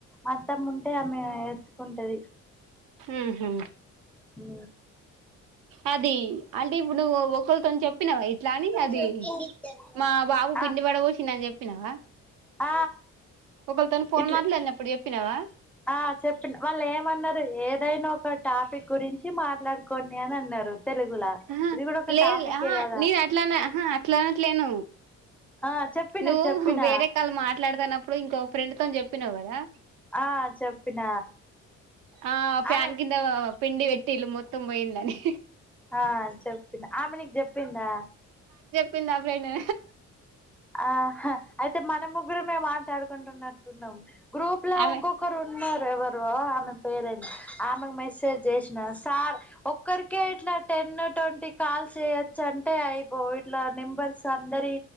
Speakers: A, in the centre; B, on the right.
A: అట్టం ఉంటే ఆమె ఉంటది
B: ఊహు
A: ఉ
B: అది అంటే ఇప్పుడు నువ్వు ఒక్క ని చెప్పినా వై ఇట్లాని
A: కొంచెం
B: అది
A: కిందికి
B: మా బాబు పిండి
A: ఆ
B: పడవోచ్చి నని చెప్ప చెప్పినవా
A: ఆ
B: ఒకళ తను ఫోన్
A: ఇట్లా
B: మాట్లాలేని ఎప్పుడు తినవా
A: ఆ చెప్ప వాళ్ళు ఏమన్నారు ఏదైనా ఒక టాపిక్ గురించి మాట్లాడుకోండి అని అన్నారు తెలుగులా
B: ఆహా
A: ఇది కూడా ఒక
B: లే
A: టాపికే
B: ఆహానేను
A: కదా
B: అట్లానే ఆహా ఎట్లానట్లేను
A: ఆ చెప్పిన
B: నువ్వు
A: చెప్పిన
B: వేరే కాళ్ళ మాట్లాడుతన్నప్పుడు ఇంకో ఫ్రెండ్ తో చెప్పినావు్ కదా
A: ఆ చెప్పిన
B: ఆ ఫ్యాన్
A: ఆమె
B: కింద పిండి పెట్ పటిలు మొత్తం పోయిందని
A: ఆ చెప్పింది ఆమె నీకు చెప్పిందా
B: పిల్లప్పుడి
A: ఆ అయితే మన ముగ్గురు మేము మాట్లాడుకుంటున్నట్టున్నాము గ్రూప్ లో
B: ఆమె
A: ఒంకొకరు ఉన్నారు ఎవరు ఆమె పేరెంట్స్ ఆమెకు మెసేజ్ చేసి చిలాస్ సార్ ఒక్కరికే ఇట్లా టెన్ ట్వంటీ కాల్స్ చేయొచ్చు అంటే అయిపోవు ఇట్లా నెంబర్స్ అందరి